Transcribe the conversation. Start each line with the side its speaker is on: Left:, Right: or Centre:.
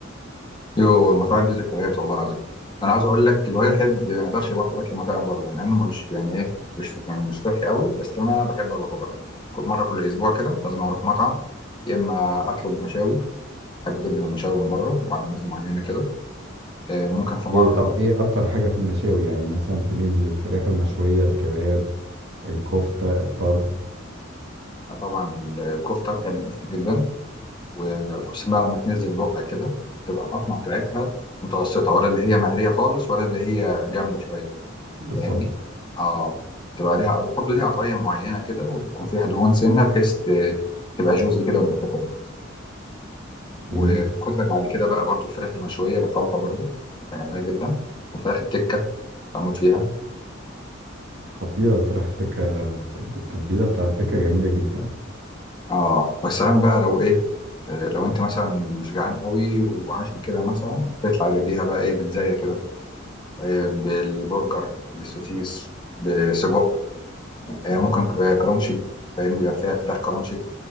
Left: يو المطاعم دي ذكريات والله العظيم انا عايز اقول لك الواحد ما يقدرش يبطل اكل المطاعم بره ده مع انه مش يعني ايه مش يعني مش صحي قوي بس انا بحب اروحه برضه كل مره كل اسبوع كده لازم اروح مطعم يا اما اطلب مشاوي بحب جدا المشاوي من بره وعند ناس معينه كده آه، ممكن في مره
Right: إيه طب إيه أكتر حاجة في المشاوي يعني مثلا تميل للفراخ المشوية الكباب الكفتة الطرب
Left: آه، طبعا ال- الكفته بحب الكفته جدا وخصوصا بقى لما تنزل لقة كده بتبقى القطمة بتاعتها متوسطة ولا اللي هي مهرية خالص ولا اللي هي جامدة شوية
Right: بالظبط
Left: فاهمني؟ اه تبقى ليها برضه ليها قطعية معينة كده وتكون فيها دهون سنة بحيث آه، تبقى جوسي كده وانت بتاكلها وخد
Right: جميل
Left: لك بعد كده بقى برضه الفراخ المشوية بالخلطة برضه بحبها جدا وفراخ التكة بموت فيها
Right: خطيرة الفراخ التكة التتبيلة بتاع التكة جميلة جدا
Left: اه والسلام بقى لو ايه آه، لو انت مثلا مش جعان قوي وعشان كده مثلا تطلع تديها بقى ايه بتزايا كده آه، بالبرجر بالسوسيس بسجق آه، ممكن ك- آه، كرانشي فاهمني بيبقى فيها فراخ كرانشي